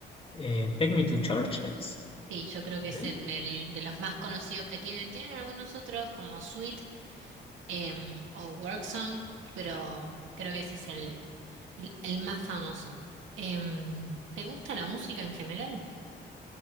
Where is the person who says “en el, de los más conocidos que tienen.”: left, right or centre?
Right